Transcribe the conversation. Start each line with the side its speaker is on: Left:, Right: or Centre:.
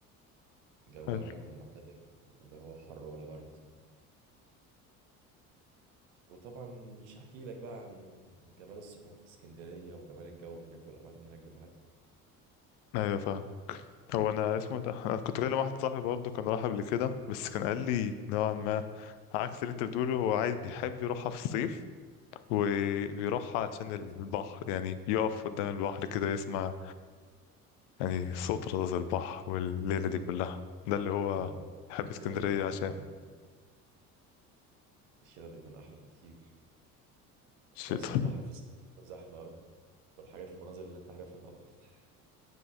Right: جوها
Left: حلو
Right: بيكون معتدل اللي هو حر ولا برد وطبعا مش هحكي لك بقى عن جمال الثقافة في اسكندرية وجمال الجو هناك والأماكن هناك بتاعتها
Left: ايوه فاهم هو انا اسمه إيه ده انا كنت كلم واحد صاحبي برضه كان راح قبل كده بس كان قال لي نوعا ما عكس اللي انت بتقوله هو عايز بيحب يروحها في الصيف وبيروح عشان البحر
Right: بس.
Left: يعني يقف قدام البحر كده يسمع يعني صوت رذاذ البحر والليلة دي كلها ده اللي هو
Right: طب ما ده
Left: بحب
Right: الشتاء
Left: اسكندرية
Right: بيكون
Left: عشان
Right: أمتع بك. الشتاء بيكون أحلى بكتير
Left: الشتا
Right: أنا أصلا البحر في اسكندرية بيكون زحمة أوي والحاجات المناظر اللي أنت عارفها طبعا <laughs>